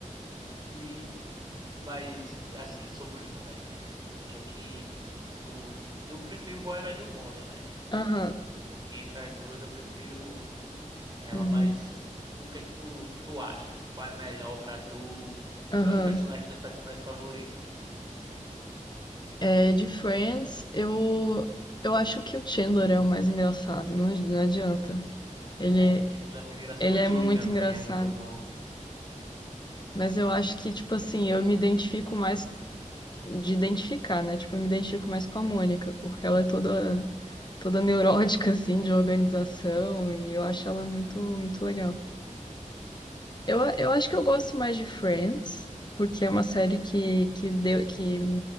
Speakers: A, on the right (about 35°); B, on the left (about 35°).
A: E Mas, assim, sobre Friends, que é que tu. Eu prefiro How I Met Your Mother, né?
B: Aham.
A: Entre as duas, eu prefiro ela,
B: Uhum.
A: mas o que é que tu, tu acha? Qual é melhor pra tu?
B: Aham.
A: Quais os personagens, teus personagens favoritos de Friends?
B: É, de Friends, eu, eu acho que o Chandler é o mais engraçado, não, ad- não adianta. Ele,
A: É, Chandler é muito engraçado.
B: ele
A: O
B: é
A: Joey
B: muito
A: também
B: engraçado.
A: é muito bom.
B: Mas eu acho que, tipo assim, eu me identifico mais de identificar, né? Tipo, eu me identifico mais com a Mônica, porque ela é toda, toda neurótica, <laughs> assim, de organização, e eu acho ela muito, muito legal. Eu, eu acho que eu gosto mais de Friends, porque é uma série que, que deu, que